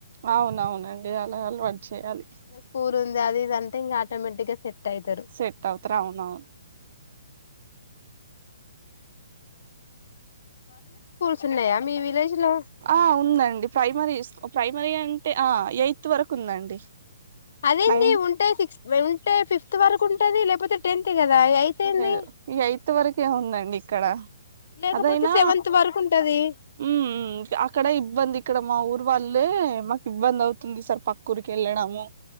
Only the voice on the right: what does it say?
అవునవునండి అలా అలవాటు చేయాలి
సెటప్ అవునవును
ఆ ఉందండి ప్రైమరీ స్క్ ప్రైమరీ అం టే ఆ ఎయిత్ వరకు ఉందండి.
నైన్త్
లేదు యయిత్ వరకే ఉందండి ఇక్కడ
అదయినా
హ్మ్ ఉ ఉ అక్కడ ఇబ్బంది ఇక్కడ మా ఊరు వాళ్ళే మాకు ఇబ్బంది అవుతుంది సార్ పక్క ఊరికి వెళ్ళడము